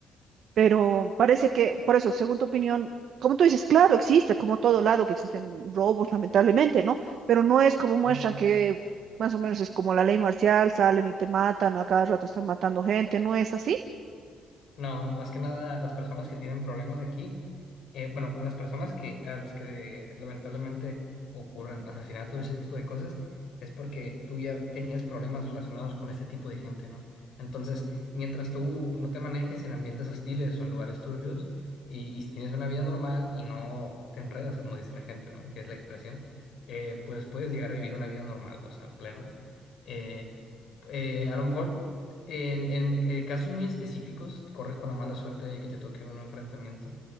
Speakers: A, on the right (about 65°); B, on the left (about 70°).
A: Pero parece que, por eso, según tu opinión, como tú dices, claro, existe, como todo lado que existen robos, lamentablemente, ¿no? Pero no es como muestran
B: Sí.
A: que más o menos es como la ley marcial, salen y te matan, a cada rato están matando gente, ¿no es así?
B: No, más que nada a las personas que tienen problemas aquí, eh, bueno, a las personas que, a las que lamentablemente ocurren asesinatos y ese tipo de cosas, es porque tú ya tenías problemas relacionados con este tipo de gente, ¿no? Entonces, mientras tú no te manejes en ambientes hostiles o en lugares turbios y, y si tienes una vida normal y no te enredas, como dice la gente, ¿no? Que es la expresión, eh, pues puedes llegar a vivir una vida normal, o sea, plena. Eh, eh, a lo mejor en, en, eh, casos muy específicos, corres con la mala suerte de que te toque un enfrentamiento,